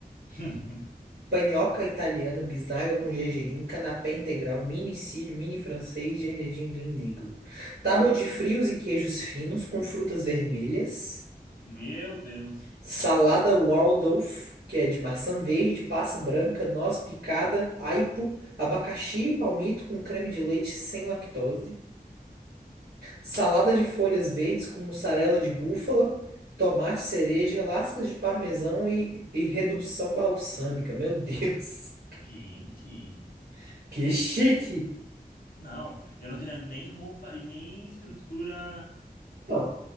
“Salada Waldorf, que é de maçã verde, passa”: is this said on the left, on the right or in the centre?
Right